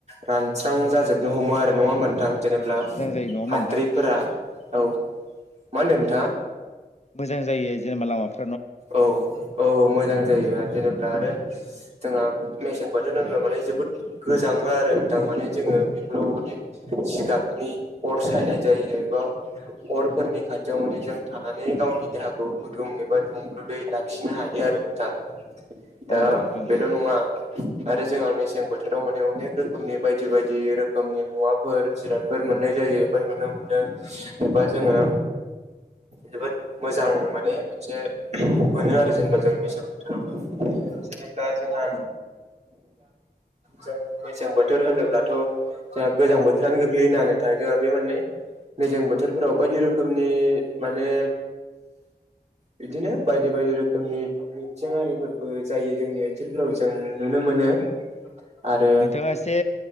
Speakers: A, on the right; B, on the left.
A: रानस्रां जाजोबनो हमो आरो। नङा होमबा नोंथां? जेनेब्ला
B: मोजां जायो नङा होमबा
A: हाद्रिफोरा
B: नोंथां
A: औ मा होनदों नोंथाङा?
B: मोजां जायो जेनेबा लामाफोर
A: औ औ औ मोजां जायो आरो जेनेब्ला आरो
B: <inaudible>
A: जोंहा मेसें बोथोर होनोब्ला माने जोबोद गोजाङो आरो नोंथां माने जोङो बेफोराव माने जिगाबनि अर सायनाय जायो बा अरफोरनि खाथियाव माने जों थानानै गावनि देहाखौ गुदुं एबा दुंब्रुदै लाखिनो हायो आरो नोंथां दा
B: औ नोंथां
A: बेल'
B: औ
A: नङा आरो जोंहा मेसें बोथोराव माने अनेक रोखोमनि बायदि बायदि रोखोमनि मुवाफोर जिरादफोर मोननाय जायोबा नुनो मोनो एबा जोंओ जोबोद मोजां माने मोनसे मोनो आरो जेनेबा जों मेसें बोथोरावबो जेनेबा जोंहा जों मेसें बोथोर होनोब्लाथ' जोंहा गोजां बोथोरानो गोग्लैनानै थ जोंहा बे माने मेसें बोथोरफोराव बायदि रोखोमनि माने बिदिनो बायदि बायदि रोखोमनि मिथिं आरारिफोरबो जायो जोंनि ओनसोलफोराव जों नुनो मोनो आरो
B: नोंथाङा एसे